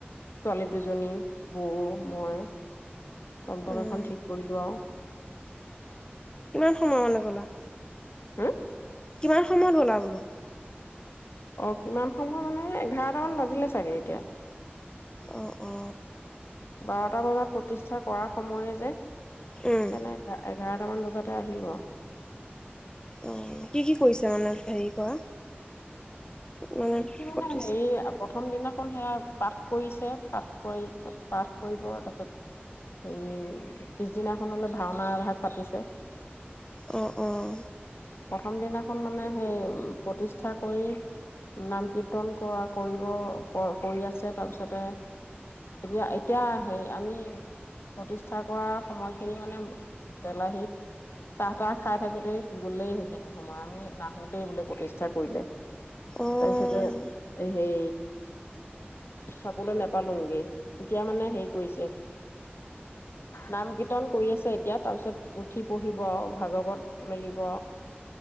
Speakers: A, on the left; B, on the left.
A: ছোৱালী দুজনী, বৌ, মই টমটক
B: উম
A: এখন ঠিক কৰিলো আৰু।
B: কিমান সময় কাৰণে গ'লা?
A: হম
B: কিমান সময়ত গ'লা বোলো?
A: অ কিমান সময় মানে এঘাৰটামান বাজিলে চাগে এতিয়া।
B: অ অ
A: বাৰটা বজাত প্ৰতিষ্ঠা কৰা সময়ে যে সেইকাৰণে
B: উম
A: <unintelligible> এঘাৰটামান বজাতে আহিলোঁ আৰু
B: অ কি কি কৰিছে মানে হেৰি কৰা? মানে
A: কি কিমানমান
B: পঁচিছ
A: হেৰি <unintelligible> প্ৰথম দিনাখন সেয়া পাঠ কৰিছে পাঠ কৰি পাঠ কৰিব তাৰপিছত হেৰি পিছদিনাখনলৈ ভাওনা এভাগ পাতিছে।
B: অঁ অঁ
A: প্ৰথম দিনাখন মানে সেই প্ৰতিষ্ঠা কৰি নাম কীৰ্তন কৰিব কৰি আছে তাৰপিছতে এতিয়া, এতিয়া সেই আমি প্ৰতিষ্ঠা কৰা সময়খিনি মানে তেলাহীত চাহ তাহ খাই থাকোতেই গ'লেই সেইখিনি সময়। আমি নাহোঁতেই বোলে প্ৰতিষ্ঠা কৰিলে।
B: অ
A: তাৰপিছতে সেই চাবলৈ নেপালোগেই। এতিয়া, মানে, হেৰি কৰিছে। নাম-কীৰ্তন কৰি আছে এতিয়া। তাৰ পিছত পুঠি পঢ়িব আৰু ভাগৱত মেলিব ব